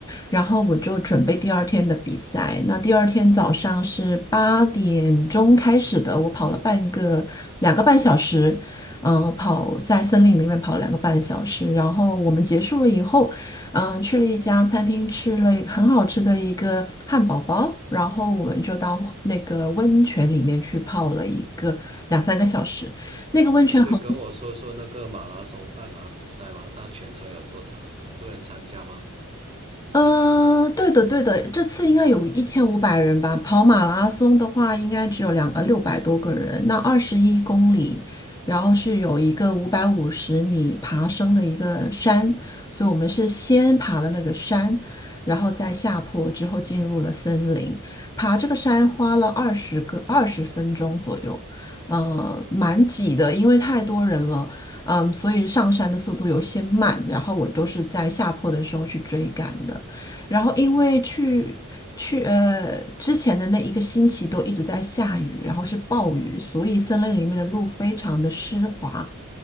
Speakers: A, on the left; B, on the right.
A: 然后我就准备第二天的比赛。那第二天早上是八点钟开始的，我跑了半个两个半小时，嗯、跑在森林里面跑了两个半小时。然后我们结束了以后，嗯、去了一家餐厅吃了一个很好吃的一个汉堡包，然后我们就到那个温泉里面去泡了一个两三个小时。那个温泉很
B: 诶你可以跟我说说那个马拉松半马比赛吗？它全程有多长？很多人参加吗？
A: 嗯，呃对的，对的，这次应该有一千五百人吧。跑马拉松的话，应该只有两呃六百多个人。那二十一公里，然后是有一个五百五十米爬升的一个山，所以我们是先爬了那个山，然后再下坡，之后进入了森林。爬这个山花了二十个二十分钟左右，嗯，蛮挤的，因为太多人了，嗯，所以上山的速度有些慢，然后我都是在下坡的时候去追赶的。然后因为去去呃之前的那一个星期都一直在下雨，然后是暴雨，所以森林里面的路非常的湿滑。